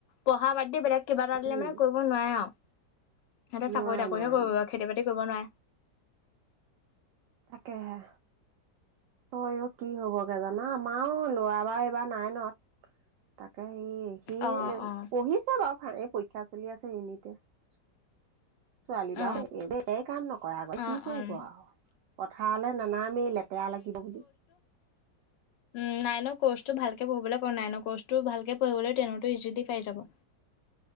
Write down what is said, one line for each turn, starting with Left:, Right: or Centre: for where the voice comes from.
Left: পঢ়া বাদ দি বেলেগ কিবা এটা
Right: উম
Left: দিলে মানে কৰিব নোৱাৰে আৰু। সিহঁতে
Right: নোৱাৰে
Left: চাকৰি-তাকৰিহে
Right: নোৱাৰে
Left: কৰিব।
Right: নোৱাৰে
Left: খেতি-বাতি কৰিব নোৱাৰে।
Right: তাকেহে। অ, অ কি হবগে জানা। আমাৰও লৰা বাৰ এইবাৰ নাই ন। তাকেহে। হেৰি সি
Left: অ', অ'।
Right: পঢ়িছে বাও। ভালে পৰীক্ষা চলি আছে ইউনি টেষ্ট। ছোৱালী
Left: অ',
Right: বাৰু তাই কাম নকৰে আকৌ
Left: অ',
Right: কি কৰিব
Left: অ',
Right: আৰু। পথাৰলে নানামেই লেতেৰা লাগিব বুলি।
Left: উ নাইনৰ কৰ্চটো ভালকে পঢ়িবলৈ ক। নাইনৰ কৰ্চটো ভালকে পঢ়িলেই তেনটো ইজিলি পাৰি যাব।